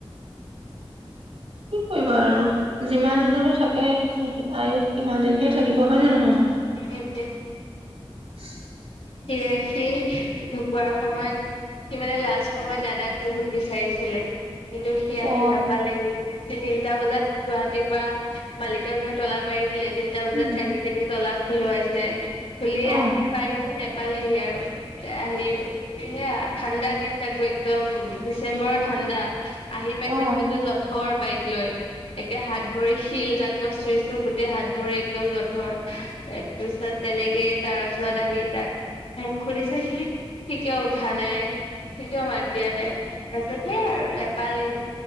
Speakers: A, on the right (about 90°); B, on the left (about 85°).
A: কি কৰিবা আৰু যিমান দিনলৈ থাকে আয়ুস সিমান দিনহে থাকিব হয় নে নহয়? উম
B: <unintelligible>
A: <unintelligible>
B: সেয়ে সি ঢুকোৱাৰ সময়ত সি মানে লাষ্ট সময়ত দাদাক বহুত বিচাৰিছিলে। কিন্তু সি আহি
A: অ
B: নাপালেহি। <unintelligible> তিনটা বজাত গুৱাহাটীৰ পৰা মালিকৰ ঘৰে তলা মাৰি দিলে। তিনিটা বজাত
A: উম
B: কান্দি কান্দি তলা খোলোৱাইছে। <unintelligible>
A: অ
B: আহি পাইয়ো <unintelligible> পালেহি আৰু
A: অ
B: আহি মোক সুধিছিল সি, সি কিয় উঠা নাই, সি কিয় মাত দিয়া নাই? তাৰ পিছত সেই আৰু নেপালেহি